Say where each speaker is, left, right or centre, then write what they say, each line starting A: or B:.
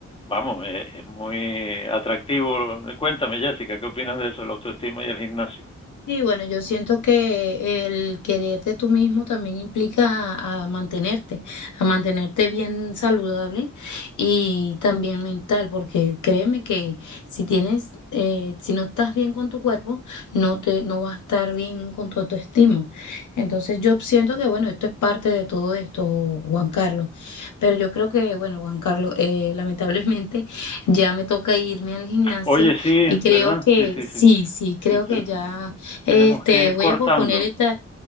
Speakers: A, on the left (about 20°); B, on the left (about 80°).
A: vamos, es, es, muy atractivo. Cuéntame, Jessica, ¿qué opinas de eso, la autoestima y el gimnasio?
B: Sí, bueno, yo siento que el quererte tú mismo también implica a, a mantenerte, a mantenerte bien saludable y también mental, porque créeme que si tienes, eh, si no estás bien con tu cuerpo, no te, no vas a estar bien con tu autoestima. Entonces yo siento que, bueno, esto es parte de todo esto, Juan Carlos. Pero yo creo que, bueno, Juan Carlos, eh, lamentablemente <laughs> ya me toca irme al gimnasio
A: Oye, sí,
B: y creo
A: ¿verdad?
B: que
A: Sí, sí,
B: sí,
A: sí.
B: sí, creo
A: sí ten,
B: que ya.
A: tenemos
B: Este,
A: que ir
B: voy
A: cortando.
B: a posponer esta,